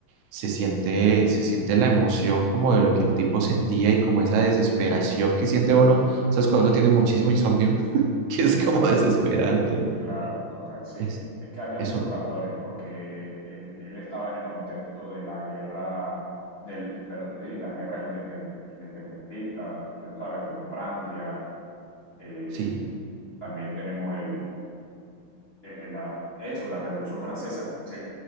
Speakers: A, on the right (about 85°); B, on the left (about 20°).
A: se siente, se siente la emoción como de lo que el tipo sentía y como esa desesperación que siente uno, ¿sabes? Cuando uno tiene muchísimo insomnio, <laughs> que
B: sí,
A: es como
B: total.
A: desesperante.
B: Claro, total, sí.
A: Es,
B: Es que había
A: eso,
B: muchos factores, porque él, él estaba en el contexto de la guerra, del, pero de las guerras indepen- independentistas, tú sabes, según Francia. eh,
A: sí,
B: también tenemos el, el- el- la- eso, la Revolución Francesa. Sí,